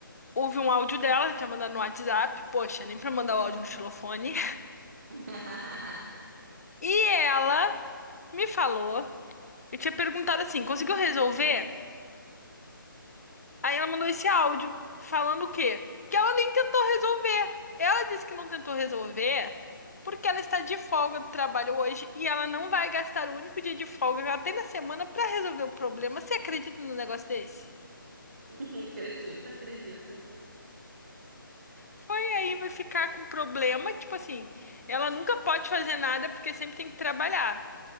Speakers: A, on the left; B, on the right.
A: Houve um áudio dela, tinha mandado no WhatsApp. Poxa, nem pra mandar o áudio no xilofone.
B: <laughs>
A: E ela me falou. Eu tinha perguntado assim: conseguiu resolver? Aí ela mandou esse áudio falando o quê? Que ela nem tentou resolver. Ela disse que não tentou resolver porque ela está de folga do trabalho hoje e ela não vai gastar o único dia de folga que ela tem na semana para resolver o problema. Você acredita num negócio desse?
B: Acredito, acredito.
A: Foi aí, vai ficar com problema. Tipo assim, ela nunca pode fazer nada porque sempre tem que trabalhar.